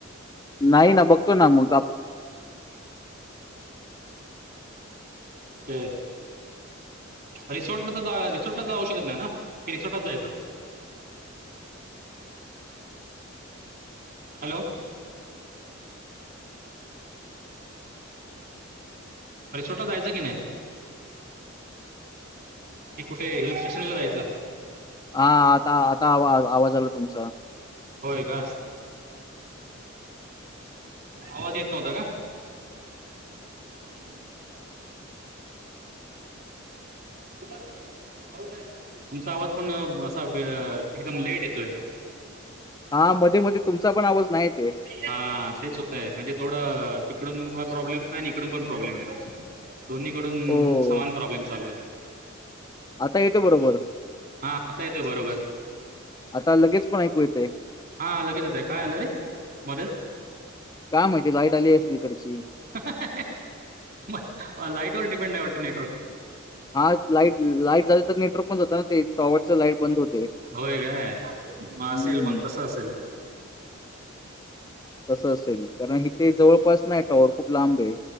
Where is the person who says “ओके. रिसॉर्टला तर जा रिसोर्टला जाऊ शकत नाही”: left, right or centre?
Right